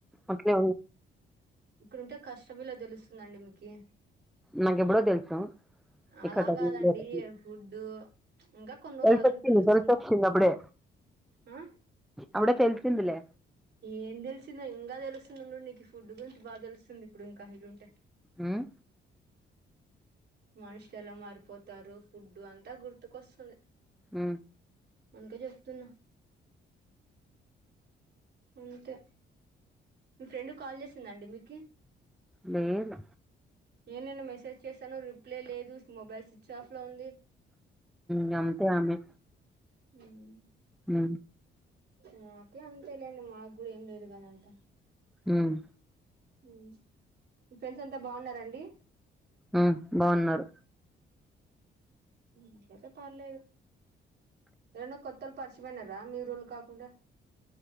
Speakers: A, in the centre; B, on the right.
A: అట్లే
B: ఇక్కడుంటే కష్టం విలువ తెలుస్తుందండి మీకి
A: నాకెప్పుడో తెలుసు ఇక్కడ
B: అలా
A: <unintelligible>
B: కాదండి ఫుడ్ ఇంకా కొన్ని రోజులు
A: తెలిసొచ్చింది
B: ఆగండి తెలుస్తుంది
A: తెలిసొచ్చింది అప్పుడే
B: ఆ
A: అప్పడికే చిందులే
B: ఏం తెలిసిందో ఇంకా తెలుస్తుది ఉండుండూ నీకు ఫుడ్ గురించి బాగా తెలుస్తుంది ఇప్పుడు ఇంకా ఇడుంటే
A: మ్మ్
B: మనుషులు ఎలా మారిపోతారు ఫుడ్డు అంతా గుర్తుకొస్తుంది
A: మ్మ్
B: అంత చెప్తున్నా అంతే మీ ఫ్రెండ్ కాల్ చేసిందండి మీకి
A: లేదు
B: ఏ నేను మెసేజ్ చేశాను రిప్లై లేదు మొబైల్ స్విచ్ ఆఫ్ లో ఉంది
A: గంతే అమ్మే
B: మ్మ్
A: హ
B: మాకే అంతేలాండి మాకు కూడా ఏం లేదు అంత
A: మ్మ్
B: మీ ఫ్రెండ్స్ అంతా బాగున్నారండి
A: ఆ బాగున్నారు
B: అట్లయితే పర్లేదు ఎవరైనా కొత్త వాళ్ళ పరిచయమైనార మీ ఊరోలు కాకుండా